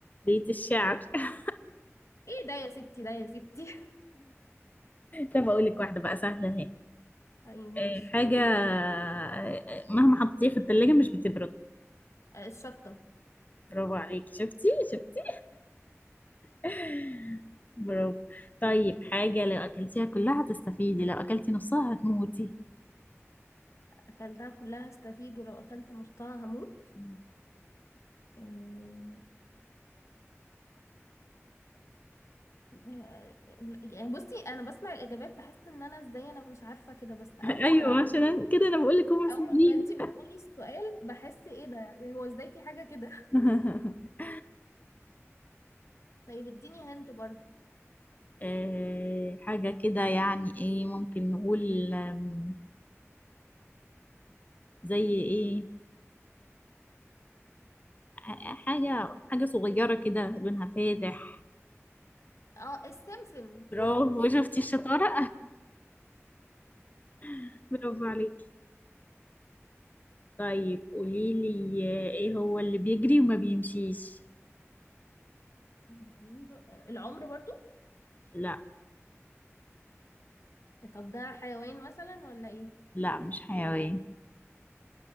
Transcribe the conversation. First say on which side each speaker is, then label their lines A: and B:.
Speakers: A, on the left; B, on the left.
A: بيت الشعر <laughs>
B: ايه ده يا ستي ده يا ستي <laughs>
A: طب اقول لك واحدة بقى سهلة اهي
B: طيب ماشي
A: آه، حاجة آه، مهما حطيتيها في التلاجة مش بتبرد
B: آه الشطة
A: برافو عليكي شفتي شفتي <laughs> برافو طيب حاجة لو أكلتيها كلها هتستفيدي لو أكلتي نصها هتموتي
B: أكلتها كلها هستفيد ولو أكلت نصها هموت
A: <laughs>
B: آه، آه، يعني بصي انا بسمع الاجابات بحس ان انا ازاي انا مش عارفه كده بس اول
A: أيوة
B: ما
A: عشان كده أنا بقول لك هما سهلين
B: اول ما انتي بتقولي السؤال بحس ايه ده هو ازاي في حاجه كده <laughs>
A: <laughs>
B: طيب اديني هنت برضو
A: آه، حاجة كده يعني إيه ممكن نقول آم، زي إيه ح- حاجة حاجة صغيرة كده لونها فاتح
B: اه السمسم
A: برافو شفتي الشطارة <laughs> برافو عليكي طيب قوليلي آه، ايه هو اللي بيجري وما بيمشيش
B: <laughs> العمر برضو
A: لا
B: طب ده حيوان مثلا ولا ايه
A: لا مش حيوان